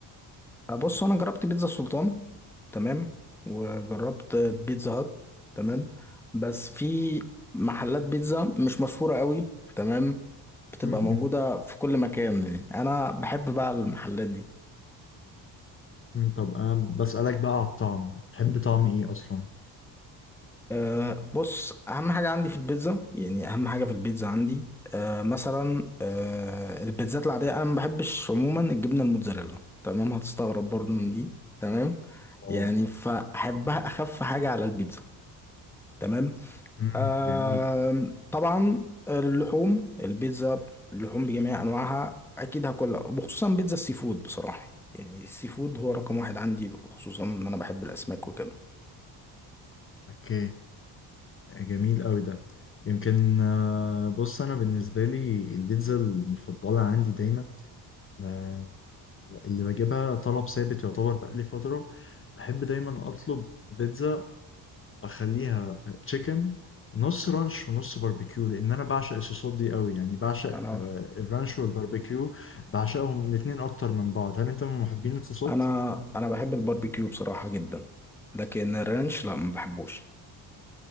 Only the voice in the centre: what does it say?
آه، بص انا جربت بيتزا السلطان تمام وجربت بيتزا هات تمام بس في محلات بيتزا مش مشهورة قوي تمام بتبقى
موجودة
في كل مكان يعني انا بحب بقى المحلات دي
أه بص اهم حاجة عندي في البيتزا يعني اهم حاجة في البيتزا عندي أه مثلا أه البيتزات العادية انا ما بحبش عموما الجبنة الموتزاريلا تمام هتستغرب برضو من دي تمام
يعني فاحبها اخف حاجة على البيتزا تمام
آم،
طبعا اللحوم البيتزا اللحوم بجميع انواعها اكيد هاكلها وخصوصا بيتزا السي فود بصراحه يعني السي فود هو رقم واحد عندي خصوصا ان انا بحب الاسماك وكده
انا
انا انا بحب الباربيكيو بصراحه جدا لكن الرانش لا ما بحبوش